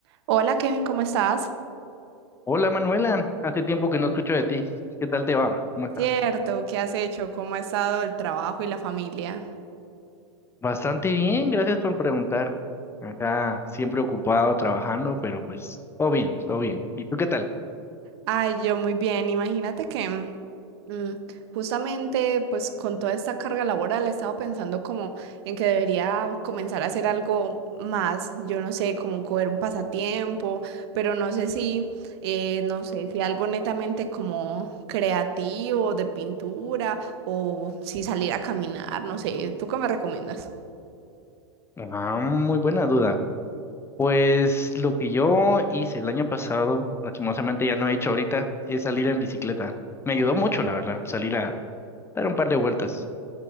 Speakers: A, on the right; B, on the left.
A: Hola Kevin, ¿cómo estás?
B: Hola Manuela, hace tiempo que no escucho de ti. ¿Qué tal te va? ¿Cómo estás?
A: Cierto, ¿qué has hecho? ¿Cómo ha estado el trabajo y la familia?
B: Bastante bien, gracias por preguntar. Acá siempre ocupado trabajando, pero pues todo bien, todo bien. ¿Y tú qué tal?
A: Ay, yo muy bien. Imagínate que mm, justamente pues con toda esta carga laboral he estado pensando como en que debería comenzar a hacer algo más. Yo no sé, como coger un pasatiempo, pero no sé si, eh, no sé, si algo netamente como creativo, de pintura o si salir a caminar, no sé. ¿Tú qué me recomiendas?
B: Ah, muy buena duda. Pues lo que yo hice el año pasado, lastimosamente ya no he hecho ahorita, es salir en bicicleta. Me ayudó mucho, la verdad, salir a dar un par de vueltas.